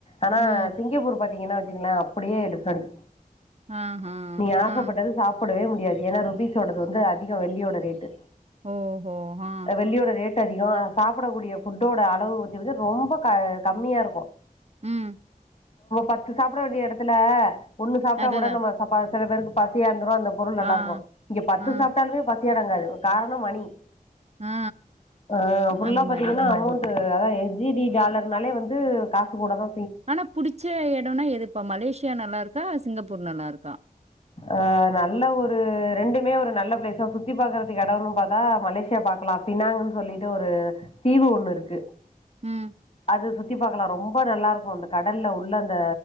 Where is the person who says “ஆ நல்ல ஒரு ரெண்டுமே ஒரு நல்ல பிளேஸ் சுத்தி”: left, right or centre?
Left